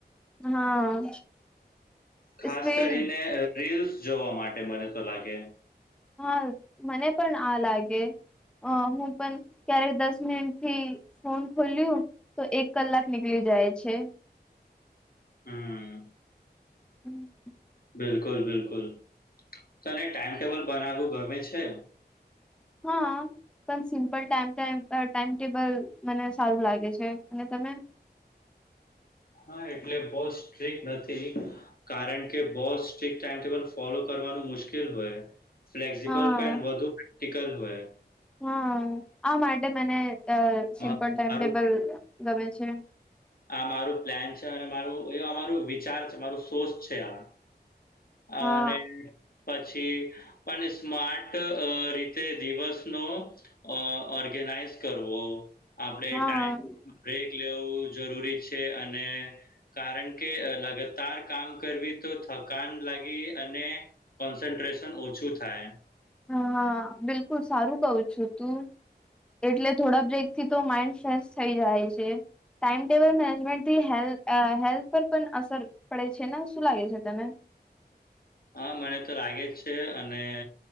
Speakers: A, in the centre; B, on the left.
A: હા.
B: ખાસ
A: સ્ક્રીન
B: કરીને રીલ્સ જોવા માટે મને તો લાગે
A: હા મને પણ આ લાગે અ હું પણ ક્યારેક દસ મિનિટ થી ફોન ખોલ્યું તો એક કલાક નીકળી જાય છે.
B: હમ.
A: હમ.
B: બિલકુલ બિલકુલ તને ટાઈમ ટેબલ બનાવું ગમે છે?
A: હા. પણ simple time time time table મને સારું લાગે છે, અને તમે?
B: હ એટલે બો સ્ટ્રીક નથી કારણ કે બો સ્ટ્રીક્ટ ટાઈમ ટેબલ ફોલો કરવાનું મુશ્કેલ હોય ફ્લેક્સિબલ
A: હા
B: <unintelligible> વધુ ફિકર હોય
A: હા આ માટે મને અ સિમ્પલ
B: મારું
A: ટાઈમટેબલ ગમે છે.
B: આ મારું પ્લેન છે, અને મારું એમારું વિચાર છે, મારું સોસ છે, આ
A: હા
B: અને પછી પણ સ્માર્ટ અ રીતે દિવસનો અ ઓર્ગેનાઈઝ કરવો આપણેે
A: હા
B: ટાઈમ બ્રેક લેવું જરૂરી છે, અને કારણ કે લગતાર કામ કરવી તો થકાન લાગી અને કોન્સન્ટ્રેશન ઓછું થાય
A: હ હા બિલકુલ સારું કવ છું તું એટલે થોડા બ્રેક થી તો માઈન્ડ ફ્રેશ થઈ જાય છે. ટાઈમ ટેબલ મેનેજમેન્ટથી હેલ અ હેલ્થ પર પણ અસર પડે છે, ને શું લાગે છે, તને
B: હા મને તો લાગે જ છે, અને